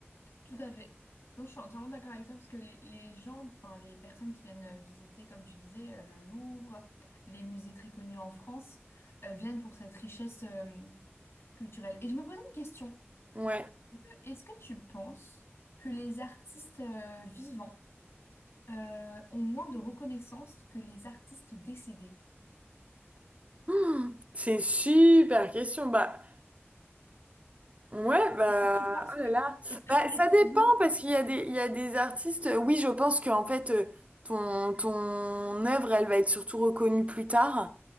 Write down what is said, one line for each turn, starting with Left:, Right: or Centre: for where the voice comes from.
Left: Tout à fait. Non, je suis entièrement d'accord avec toi parce que les, les gens, enfin les personnes qui viennent euh, visiter, comme tu disais, euh, le Louvre, les musées très connus en France, euh, viennent pour cette richesse euh, culturelle. Et je me posais une question.
Right: Ouais. <gasps>
Left: Euh, Est-ce que tu penses que les artistes euh, vivants euh, ont moins de reconnaissance que les artistes décédés?
Right: Hmm, C'est une super question. Bah, Ouais, bah,
Left: Est-ce que tu penses
Right: oh
Left: que
Right: là là.
Left: les prix
Right: Bah,
Left: des
Right: ça
Left: tableaux,
Right: dépend parce qu'il y a des, il y a des artistes. euh, Oui, je pense qu'en fait, euh, ton, ton œuvre, elle va être surtout reconnue plus tard.